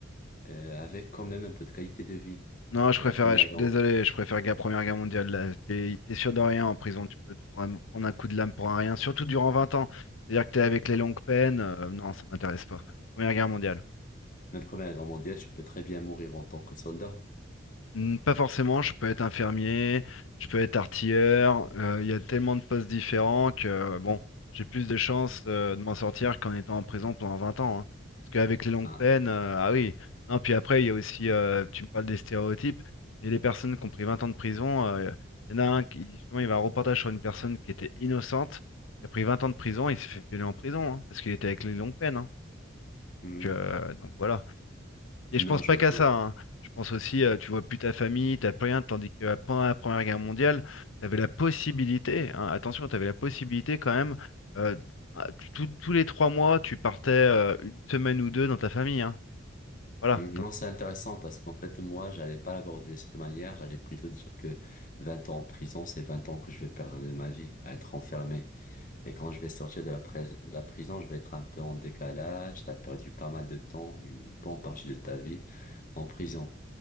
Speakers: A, on the left; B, on the left.
A: euh, avec quand même un peu de qualité de vie.
B: Non, je
A: Et
B: préfère,
A: la première
B: je-
A: grande,
B: désolé, je préfère guerre. Première Guerre mondiale. là. T'es, t'es sûr de rien en prison, tu peux te prendre, prendre un coup de lame pour un rien, surtout durant 20 ans. C'est-à-dire que t'es avec les longues peines, euh, non, ça m'intéresse pas. Première Guerre mondiale.
A: même première guerre mondiale, tu peux très bien mourir en tant que soldat.
B: Hmm, Pas forcément, je peux être infirmier, je peux être artilleur, euh, il y a tellement de postes différents que euh, bon, j'ai plus de chances euh, de m'en sortir qu'en étant en prison pendant 20 ans. hein. Parce qu'avec les longues
A: Ah.
B: peines, euh, ah oui. Non, puis après, il y a aussi, euh, tu me parles des stéréotypes, mais les personnes qui ont pris 20 ans de prison, euh, il y en a un qui, justement, il y avait un reportage sur une personne qui était innocente, qui a pris 20 ans de prison, il s'est fait violer en prison, hein, parce qu'il était avec les longues peines. hein.
A: Hmm.
B: Donc, euh, donc voilà. Et
A: Non,
B: je pense
A: je
B: pas
A: vois
B: qu'à
A: bien.
B: ça, hein. Je pense aussi, euh, tu vois plus ta famille, t'as plus rien, tandis que euh, pendant la Première Guerre mondiale, t'avais la possibilité, hein, attention, t'avais la possibilité quand même, euh, ah, tu- tous tous les trois mois, tu partais euh, une semaine ou deux dans ta famille, hein. Voilà,
A: Hmm.
B: t'en-
A: Non, c'est intéressant parce qu'en fait, moi, j'allais pas l'aborder de cette manière. J'allais plutôt dire que 20 ans en prison, c'est 20 ans que je vais perdre de ma vie à être enfermé. Et quand je vais sortir de la, pres- de la prison, je vais être un peu en décalage. T'as perdu pas mal de temps, une bonne partie de ta vie en prison.